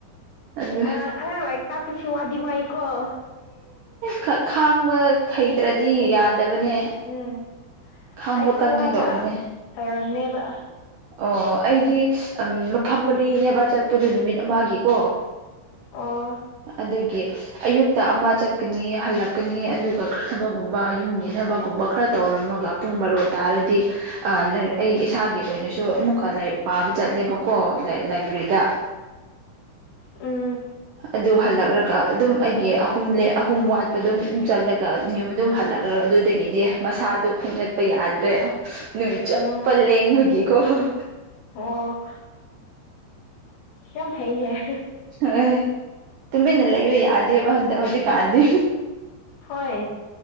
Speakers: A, on the right; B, on the left.
A: ꯑꯗꯨ
B: ꯑꯉꯥꯡ ꯂꯔꯤꯛ ꯇꯥꯛꯄꯁ ꯋꯥꯗꯤ ꯋꯥꯏꯀꯣ
A: ꯈꯥ ꯈꯥꯡꯕ ꯍꯩꯇ꯭ꯔꯗꯤ ꯌꯥꯗꯕꯅꯦ
B: ꯎꯝ
A: ꯈꯥꯡꯕ
B: ꯑꯩꯁꯨ
A: ꯀꯟꯒꯤꯗꯧꯕꯅꯦ
B: ꯍꯥꯟꯅ ꯇꯧꯔꯝꯃꯦꯕ
A: ꯑꯣ ꯑꯩꯗꯤ ꯑꯝ ꯃꯐꯝ ꯃꯔꯤꯅꯦꯕ ꯆꯠꯄꯗꯣ ꯅꯨꯃꯤꯠ ꯑꯃꯒꯤꯀꯣ
B: ꯑꯣ
A: ꯑꯗꯨꯒꯤ ꯑꯌꯨꯛꯇ ꯑꯃ ꯆꯠꯀꯅꯤ ꯍꯜꯂꯛꯀꯅꯤ ꯑꯗꯨꯒ ꯈꯔꯊꯕꯒꯨꯝꯕ ꯌꯨꯝ ꯌꯦꯊꯕꯒꯨꯝꯕ ꯈꯔ ꯇꯧꯔꯝꯃꯒ ꯄꯨꯡ ꯕꯥꯔꯣ ꯇꯥꯔꯗꯤ ꯑꯥ <unintelligible> ꯑꯩ ꯏꯁꯥꯒꯤ ꯑꯣꯏꯅꯁꯨ ꯑꯃꯨꯛꯀ ꯂꯥꯏꯔꯤꯛ ꯄꯥꯕ ꯆꯠꯂꯦꯕꯀꯣ ꯂꯥꯏ ꯂꯥꯏꯕ꯭ꯔꯦꯔꯤꯗ
B: ꯑꯨꯝ
A: ꯑꯗꯨ ꯍꯜꯂꯛꯂꯒ ꯑꯗꯨꯝ ꯑꯩꯒꯤ ꯑꯍꯨꯝ ꯑꯍꯨꯝ ꯋꯥꯠꯄ ꯑꯗꯨꯝ ꯆꯠꯂꯒ ꯑꯗꯨꯝ ꯌꯨꯝꯖ ꯑꯗꯨꯝ ꯍꯜꯂꯛ ꯑꯗꯣ ꯑꯗꯨꯗꯒꯤꯗꯤ ꯃꯁꯥꯗꯨ ꯈꯣꯡꯒꯠꯄ ꯌꯥꯗ꯭ꯔꯦ ꯅꯨꯃꯤꯠ ꯆꯨꯞꯠꯄ
B: ꯎꯝ
A: ꯂꯦꯡꯕꯒꯤꯀꯣ ꯎ
B: ꯑꯣ ꯌꯝ ꯐꯩꯅꯦ
A: ꯍ ꯇꯨꯃꯤꯟꯅ ꯂꯩꯕ ꯌꯥꯗꯦꯕ ꯍꯟꯗꯛ ꯍꯧꯖꯤꯛ ꯀꯥꯟꯗꯦ
B: ꯍꯣꯏ